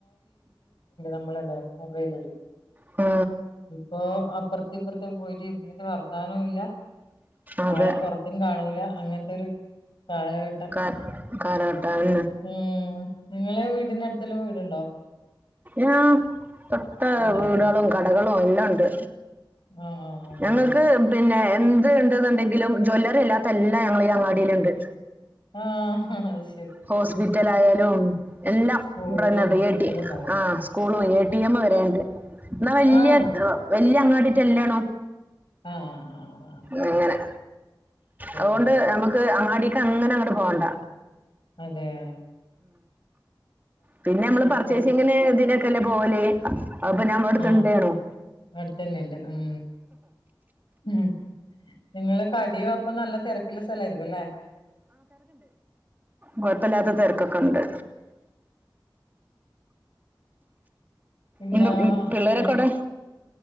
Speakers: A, on the left; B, on the right.
A: നമ്മളല്ലേ മൊബൈയ്ല്
B: ആ
A: ഇപ്പോ അപ്പുറത്തെ ഇപ്പുറത്തെ പോയിട്ട് ഇരുന്നിട്ട് വർത്താനവും ഇല്ല
B: അതെ
A: ആളെ പൊ റത്തും കാണൂല അങ്ങനത്തൊ രു കാലഘട്ടം
B: കാ കാലഘട്ടം
A: ഉം നിങ്ങള് വീടിന്റെ അടുത്തല്ലും വീടുണ്ടോ
B: ആ തൊട്ട
A: ഉണ്ടല്ലേ
B: വീടുകളും കടകളും എല്ലാം ഉണ്ട്
A: ആഹ് ആഹ്
B: ഞങ്ങൾക്ക് പിന്നെ എന്ത് ഉണ്ട്ന്നുണ്ടെങ്കിലും ജ്വല്ലറി ഇല്ലാത്ത എല്ലാം ഞങ്ങള ഈ അങ്ങാടിൽ ഉണ്ട്
A: ആ ആ അയ്
B: ഹോസ്പിറ്റൽ ആയാലും എല്ലാം
A: പൂളും
B: ഇവിടന്നെ ഉണ്ട് എ റ്റി
A: എല്ലാം ഉണ്ടാവുംല്ലേ
B: ആ സ്കൂളും എ എമ്മ വരണ്ട് എന്നാൽ വല്യ
A: ആഹ്
B: വല്യ അങ്ങാടിട്ട അല്ലാണോ
A: ആ ആ
B: അങ്ങനെ അതുകൊണ്ട്
A: അതെ
B: നമുക്ക് അങ്ങാടിക്ക് അങ്ങനെ അങ്ങോട്ട് പോവണ്ട
A: അതെ ആ
B: പിന്നെ നമ്മള് പർച്ചേസിങ്ങിന്
A: കൊറേ
B: ഇതിനൊക്കെല്ലേ പോവല് അ അപ്പൊ ഞാൻ അവിടുത്തെ
A: ആഹ്
B: ഇണ്ടയ് നും
A: അടുത്തന്നെണ്ട് ഉം ഉം നിങ്ങള് കടിയോ അപ്പ നല്ല തിരക്കുള്ള സ്ഥലയിരിക്കും അല്ലെ
B: കുഴപ്പില്ലാത്ത തിരക്കൊക്കെണ്ട്
A: പിന്നെ
B: എന്താ
A: ആ
B: ഉം, പിള്ളേരൊക്കെ
A: ഏത്
B: അവിടെ